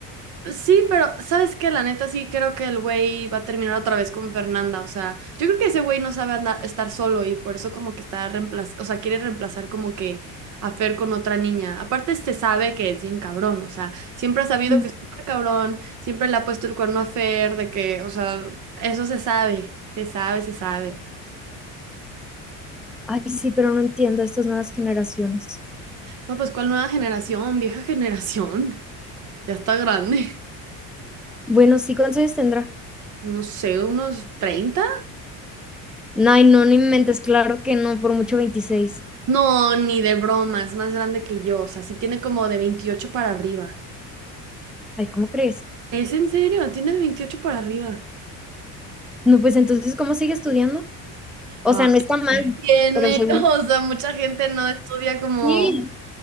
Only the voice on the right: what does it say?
Sí, pero ¿sabes qué? La neta sí creo que el güey va a terminar otra vez con Fernanda. O sea, yo creo que ese güey no sabe andar, estar solo y por eso como que está reemplaz, o sea, quiere reemplazar como que a Fer con otra niña. Aparte, este sabe que es bien cabrón, o sea, siempre ha sabido
que es súper cabrón, siempre le ha puesto el cuerno a Fer, de que, o sea, eso se sabe, se sabe, se sabe.
No, pues, ¿cuál nueva generación? Vieja generación. Ya está grande.
No sé, unos treinta
No, ni de broma, es más grande que yo. O sea, sí tiene como de veintiocho para arriba.
¿Es en serio? Tiene de 28 para arriba.
Ah,
tiene,
<laughs> o sea, mucha gente no estudia como...